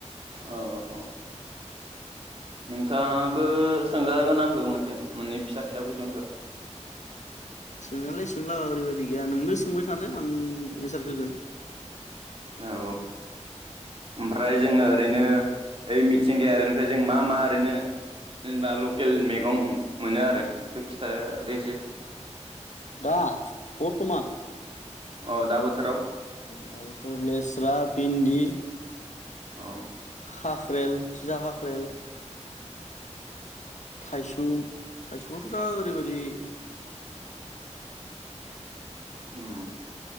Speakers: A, on the right; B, on the left.
A: औ औ औ। नोंथाङाबो सोंजागोन आंखो मोनसे मोननै फिसा फिसा कुइसनफोर।
B: सोंनायालाय सोंलागा ओरैबायदि गैया नोंनो सोंबाय थालाय आं एन्सार होगोन
A: औ ओमफ्राय जोङो ओरैनो ओइ मिथिंगायारिनिफ्राय जों मा मा ओरैनो जेनेबा लकेल मेगं मोनो आरो इखो खिथादो एसे।
B: दा बर्थमान
A: अ दा बोथोराव
B: द बोथोराव लेस्रा भिन्दि
A: औ।
B: हाख्रेल थिथा हाख्रेल थाइसुम' थाइसुमाथ' दा ओरै बायदि
A: ओम